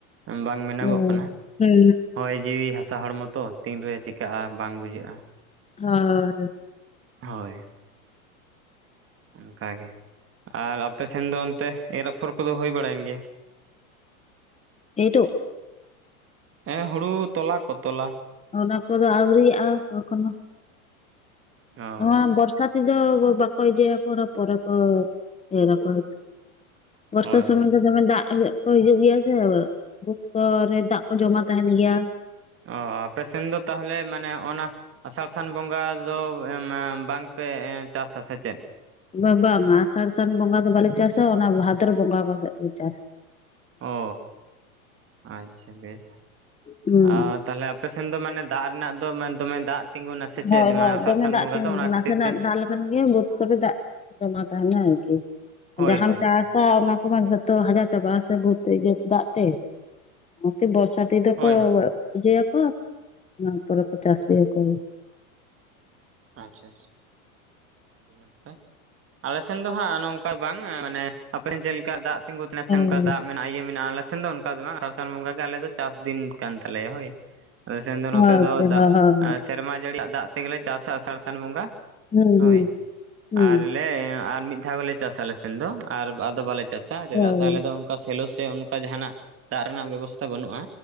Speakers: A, on the right; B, on the left.
A: ᱵᱟᱝ ᱢᱮᱱᱚᱜᱚᱜ
B: ᱦᱩᱸ
A: ᱠᱟᱱᱟ,
B: ᱦᱩᱸ
A: ᱦᱚᱭ ᱡᱤᱣᱤ ᱦᱟᱥᱟ ᱦᱚᱲᱢᱚ ᱛᱚ ᱛᱤᱱᱨᱮ ᱪᱮᱫᱼᱼ ᱪᱤᱠᱟᱹᱜᱼᱟ ᱵᱟᱝ ᱵᱩᱡᱷᱟᱹᱜᱼᱟ ᱾
B: ᱦᱚᱭ ᱦᱚᱭ <inaudible>
A: ᱦᱚᱭ ᱾ ᱚᱱᱠᱟ ᱜᱮ, ᱟᱨ ᱟᱯᱮ ᱥᱮᱱ ᱫᱚ ᱚᱱᱛᱮ ᱮᱨ ᱟᱯᱷᱚᱨ ᱠᱚᱫᱚ ᱦᱳᱭ ᱵᱟᱲᱟᱭᱮᱱ ᱜᱮᱭᱟ?
B: <inaudible>
A: ᱦᱮᱸ ᱦᱩᱲᱩ ᱛᱚᱞᱟ ᱠᱚ ᱛᱚᱞᱟ,
B: ᱚᱱᱟ ᱠᱚᱫᱚ ᱟᱹᱣᱨᱤᱭᱟᱜᱼᱟ, ᱮᱠᱷᱚᱱᱳ ᱾
A: ᱚ
B: ᱱᱚᱣᱟ ᱵᱚᱨᱥᱟ ᱛᱮ ᱫᱚ ᱵᱟᱠᱚ <inaudible> ᱠᱚ ᱯᱚᱨᱚᱠᱚ ᱮᱲᱟᱠᱚ <unintelligible> ᱵᱚᱨᱥᱟ
A: ᱦᱳᱭ
B: ᱥᱚᱢᱚᱭ ᱫᱚ, ᱫᱚᱢᱮ ᱫᱟᱜ ᱠᱚ <unintelligible> ᱦᱤᱡᱩᱜ ᱜᱮᱭᱟ ᱥᱮ, ᱵᱩᱫᱽ <unintelligible> ᱠᱚᱨᱮ ᱫᱟᱜ ᱠᱚ ᱡᱚᱢᱟ ᱛᱟᱦᱮᱱ ᱜᱮᱭᱟ᱾
A: ᱚ ᱟᱯᱮ ᱥᱮᱱ ᱫᱚ ᱛᱟᱦᱚᱞᱮ ᱢᱟᱱᱮ ᱚᱱᱟ, ᱟᱥᱟᱲ ᱥᱟᱱ ᱵᱚᱸᱜᱟ ᱫᱚ <inaudible> ᱵᱟᱝᱯᱮ ᱪᱟᱥᱟ ᱥᱮ ᱪᱮᱫ?
B: ᱵᱟᱝ ᱵᱟᱝ ᱵᱟᱝ ᱟᱥᱟᱲ ᱥᱟᱱ ᱵᱚᱸᱜᱟ ᱫᱚ ᱵᱟᱞᱮ ᱪᱟᱥᱟ ᱚᱱᱟ ᱵᱷᱟᱫᱚᱨ ᱵᱚᱸᱜᱟ ᱠᱚᱛᱮ ᱞᱮ ᱪᱟᱥᱟ᱾
A: ᱚ, ᱟᱪᱪᱷᱟ ᱵᱮᱹᱥ,
B: ᱦᱩᱸ
A: ᱟᱨᱼᱼ ᱛᱟᱦᱚᱞᱮ ᱟᱯᱮ ᱥᱮᱱ ᱫᱚ ᱢᱟᱱᱮ ᱫᱟᱜ ᱨᱮᱱᱟᱜ ᱫᱚ ᱢᱟᱱᱮ ᱫᱚᱢᱮ ᱫᱟᱜ᱾ ᱛᱤᱸᱜᱩᱱᱟ ᱥᱮ ᱪᱮᱫ
B: ᱦᱚᱭ
A: ᱢᱟᱱᱮ
B: ᱦᱚᱭ
A: ᱟᱥᱟᱲ
B: ᱫᱚᱢᱮ
A: ᱥᱟᱱ ᱵᱚᱸᱜᱟ
B: ᱫᱟᱜ ᱛᱤᱸᱜᱩᱱ
A: ᱫᱚ ᱚᱱᱟ ᱠᱷᱟᱹᱛᱤᱨ
B: ᱱᱟᱥᱮᱱᱟᱜ
A: ᱛᱮ
B: ᱫᱟᱜ ᱞᱮᱠᱷᱟᱱ ᱜᱮ ᱵᱟᱹᱫᱽ ᱠᱚᱨᱮ ᱫᱟᱜ᱾ ᱛᱚᱸᱵᱟ ᱛᱟᱦᱮᱱᱟ ᱟᱨᱠᱤ,
A: ᱦᱳᱭ
B: ᱡᱟᱦᱟᱸᱢ
A: ᱦᱳᱭ
B: ᱪᱟᱥᱼᱼ ᱚᱱᱟ ᱚᱱᱟ ᱠᱚᱢᱟ ᱡᱷᱚᱛᱚ ᱦᱟᱡᱟ ᱪᱟᱵᱟᱜᱼᱟ ᱥᱮ <unintelligible> ᱵᱟᱹᱫᱽ ᱫᱟᱜ ᱛᱮ ᱾ ᱱᱚᱛᱮ ᱵᱚᱨᱥᱟᱛᱤ ᱫᱚᱠᱚ
A: ᱦᱳᱭ ᱦᱳᱭ
B: ᱯᱩᱡᱟᱹᱭᱟᱠᱚ, ᱱᱚᱣᱟᱯᱚᱨᱮ ᱠᱚ ᱪᱟᱥ ᱜᱮᱭᱟᱠᱚ ᱾
A: ᱟᱪᱪᱷᱟ ᱟᱪᱪᱷᱟ <unintelligible> ᱟᱞᱮ ᱥᱮᱱ ᱫᱚ ᱦᱟᱸᱜ ᱱᱚᱝᱠᱟ ᱵᱟᱝᱟ, ᱢᱟᱱᱮ ᱟᱯᱮᱥᱮᱱ ᱪᱮᱫ ᱞᱮᱠᱟ ᱫᱟᱜᱼᱼ ᱛᱤᱸᱜᱩᱣᱟᱛᱮ ᱱᱟᱥᱮ
B: ᱦᱳᱭ
A: ᱱᱚᱝᱠᱟ ᱫᱟᱜᱼᱼ ᱚᱱᱟ ᱤᱭᱟᱹ ᱢᱮᱱᱟᱜᱼᱟ ᱟᱞᱮ ᱥᱮᱱ ᱫᱚ ᱚᱱᱠᱟ ᱫᱚ ᱵᱟᱝ ᱟᱥᱟᱲ ᱵᱚᱸᱜᱟ ᱜᱮ ᱟᱞᱮ ᱫᱚ ᱪᱟᱥ ᱫᱤᱱ ᱠᱟᱱ ᱛᱟᱞᱮᱭᱟ ᱦᱚᱭ ᱾ ᱟᱞᱮ ᱥᱮᱱ ᱫᱚ ᱱᱚᱛᱮ
B: ᱟᱪᱪᱷᱟ
A: ᱫᱚ ᱫᱟᱜ
B: ᱦᱳᱭ ᱦᱳᱭ
A: ᱟ ᱥᱮᱨᱢᱟ ᱡᱟᱹᱲᱤᱭᱟᱜ ᱫᱟᱜ ᱛᱮᱜᱮᱞᱮᱼᱼ ᱟᱥᱟᱲ ᱥᱟᱱ ᱵᱚᱸᱜᱟ
B: ᱦᱩᱸ
A: ᱦᱚᱭ
B: ᱦᱩᱸ ᱦᱩᱸ
A: ᱟᱨᱼᱼ ᱞᱮ ᱟᱨ ᱢᱤᱫ ᱫᱷᱟᱣ ᱜᱮᱞᱮ ᱪᱟᱥᱟ ᱟᱞᱮ ᱥᱮᱱ ᱫᱚ, ᱟᱨ ᱟᱫᱚ ᱵᱟᱞᱮ ᱪᱟᱥᱟ ᱪᱮᱫᱟᱜ
B: ᱦᱳᱭ
A: ᱥᱮ ᱟᱞᱮ ᱫᱚᱼᱼ ᱚᱠᱟ ᱥᱮᱞᱚ ᱥᱮ ᱚᱱᱠᱟ ᱡᱟᱸᱦᱟᱱᱟᱜ, ᱫᱟᱜ ᱨᱮᱱᱟᱜ ᱵᱮᱵᱚᱥᱛᱷᱟ ᱵᱟᱹᱱᱩᱜᱼᱟ